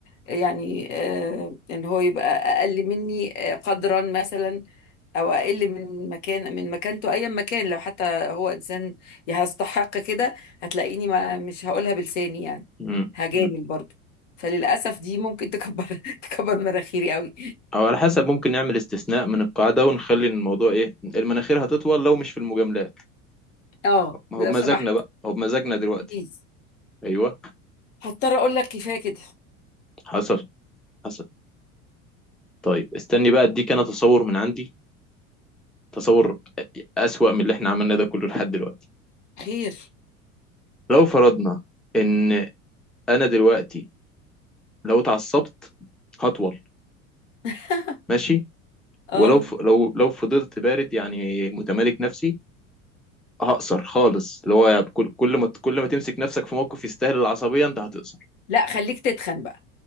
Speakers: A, on the left (about 65°); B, in the centre.
A: يعني آه، ان هو يبقى اقل مني آه، قدرا مثلا او اقل من مكان من مكانته ايا مكان لو حتى هو انسان يستحق كده هتلاقيني ما مش هقولها بلساني يعني
B: مم.
A: هجامل
B: مم.
A: برضه فللاسف دي ممكن تكبر <laughs> تكبر مناخيري قوي
B: او على حسب ممكن نعمل استثناء من القاعده ونخلي الموضوع ايه المناخير هتطول لو مش في المجاملات
A: اه
B: ما
A: لو
B: هو بمزاجنا
A: سمحت
B: بقى ما هو بمزاجنا دلوقتي
A: بليز
B: ايوه
A: هضطر اقول لك كفايه كده
B: حصل حصل طيب استني بقى اديك انا تصور من عندي تصور اسوأ من اللي احنا عملناه ده كله لحد دلوقتي
A: خير
B: لو فرضنا ان انا دلوقتي لو اتعصبت هطول
A: <laughs>
B: ماشي
A: اه
B: ولو ف... لو لو فضلت بارد يعني متمالك نفسي هقصر خالص اللي هو كل كل ما كل ما تمسك نفسك في موقف يستاهل العصبية انت هتقصر
A: لا خليك تتخن بقى